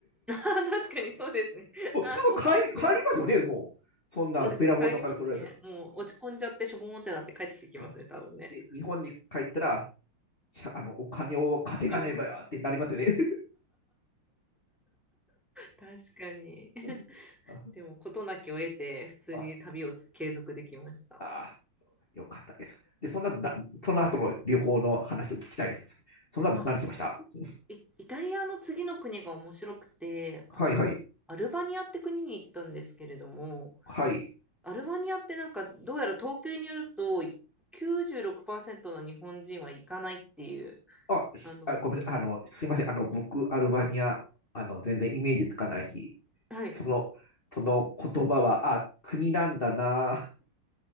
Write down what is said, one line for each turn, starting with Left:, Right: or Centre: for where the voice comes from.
Centre: あー <laughs> 確かにそうですね。
Left: もうすぐ帰り、
Centre: ああ、そうかもしれない。
Left: 帰りますよね、もう。そんなべらぼうのお金取られたら。
Centre: そうですね。帰りますね。もう落ち込んじゃってしょぼーんってなって帰ってきますね、
Left: <laughs>
Centre: 多分ね。
Left: で、日本に帰ったら、ゃあの、お金を稼がねばってなりますよね。
Centre: お金も <laughs>、確かに。<laughs>
Left: <laughs> あ
Centre: でも、事なきを得て、普通に旅をつ継続できました。
Left: あ、あよかったです。で、そんな、その後の旅行の話を聞きたいです。そんな、
Centre: あ、
Left: 何しました <laughs>
Centre: イ、イタリアの次の国が面白くて、
Left: はいはい。
Centre: あの、アルバニアって国に行ったんですけれども、
Left: はい。
Centre: アルバニアってなんか、どうやら統計によると、96%の日本人は行かないっていう、
Left: あ、
Centre: あの、
Left: あ、ごめんなさい。あの、すいません。あの、僕、アルバニア、あの、全然イメージつかないし、
Centre: はい。
Left: その、その言葉は、あ、国なんだな。